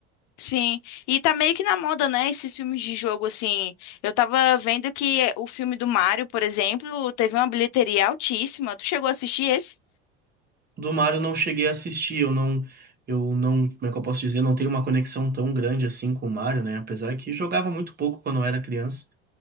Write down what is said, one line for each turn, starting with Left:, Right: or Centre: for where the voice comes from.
Left: Sim, e tá meio que na moda, né? Esses filmes de jogo, assim. Eu tava vendo que eh, o filme do Mario, por exemplo, teve uma bilheteria altíssima. Tu chegou a assistir esse?
Right: Do Mario eu não cheguei a assistir, eu não. Eu não. Como é que eu posso dizer? Não tenho uma conexão tão grande assim com o Mario, né? Apesar que jogava muito pouco quando eu era criança.